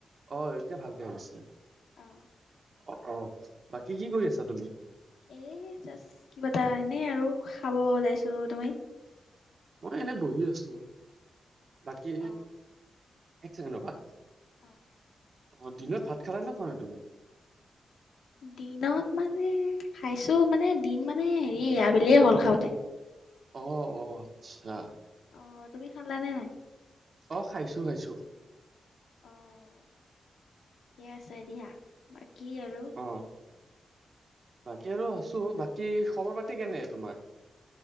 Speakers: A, on the right; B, on the left.
A: অঁহ এতিয়া ভালকৈ হৈছে।
B: অঁ
A: অঁ অঁ বাকী কি কৰি আছা তুমি?
B: এ' জাষ্ট কিবা এটা এনেই আৰু খাব ওলাইছো। তুমি?
A: মই এনেই বহি আছো। বাকী
B: অ
A: এক চেকেণ্ড ৰবা।
B: অঁ
A: অঁ দিনত ভাত খালা নে নাইখোৱা তুমি?
B: দিনত মানে খাইছো মানে দিন মানে হেৰি আবেলিয়ে হ'ল খাওঁতে।
A: অ অ আচ্ছা।
B: অঁ তুমি খালা নে নাই?
A: অঁ খাইছো, খাইছো।
B: অঁ ঠিকে আছে দিয়া। বাকী আৰু?
A: অ বাকী আৰু আছো। বাকী খবৰ পাতি কেনে তোমাৰ?